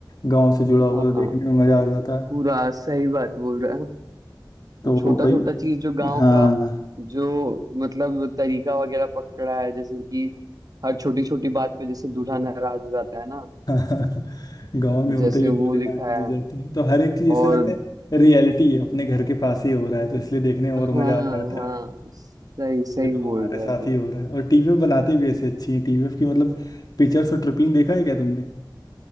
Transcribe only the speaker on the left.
गांव से जुड़ा हुआ
तो देखने में मज़ा आ जाता है
तो
वो भाई
हाँ
<laughs> गांव में होता
ही है,
दो दिन
नाराज
हो जाते हैं तो हर एक चीज़
ऐसे लगता है रियलिटी है अपने घर के पास ही हो रहा है तो इसलिए देखने में
और मज़ा आ जाता
है
ये तो
हमारे
साथ
ही हो रहा है और टीवीएफ बनाते भी ऐसी अच्छी है टीवीएफ की मतलब पिक्चर्स और ट्रिपिंग देखा है क्या तुमने